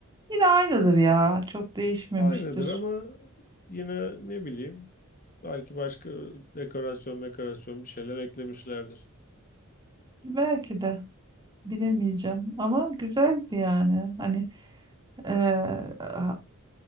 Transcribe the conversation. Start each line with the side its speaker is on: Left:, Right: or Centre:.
Right: Yine aynıdır ya. Çok değişmemiştir.
Left: Aynıdır ama yine ne bileyim belki başka dekorasyon, dekorasyon bir şeyler eklemişlerdir.
Right: Belki de bilemeyeceğim. Ama güzeldi yani. Hani eee, ha-